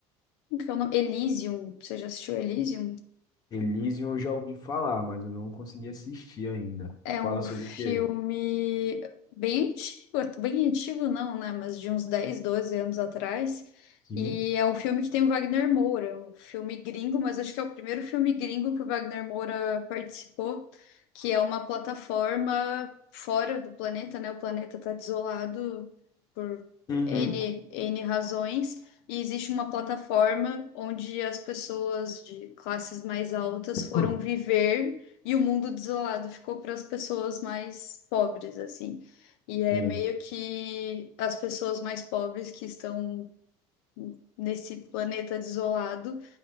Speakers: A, on the left; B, on the left.
A: como que é o nome? Elysium. Você já assistiu Elysium?
B: Elysium eu já ouvi falar, mas eu não consegui assistir ainda.
A: É
B: Fala
A: um
B: sobre
A: filme
B: o quê?
A: bem antigo, bem antigo não, né? Mas de uns 10, 12 anos atrás.
B: Sim.
A: E é um filme que tem o Wagner Moura, um filme gringo, mas acho que é o primeiro filme gringo que o Wagner Moura participou, que é uma plataforma fora do planeta, né? O planeta está desolado por
B: Uhum.
A: N, N razões. E existe uma plataforma onde as pessoas de classes mais altas
B: <clears throat>
A: foram viver e o mundo desolado ficou para as pessoas mais pobres, assim. E é
B: <coughs> Sim.
A: meio que as pessoas mais pobres que estão nesse planeta desolado,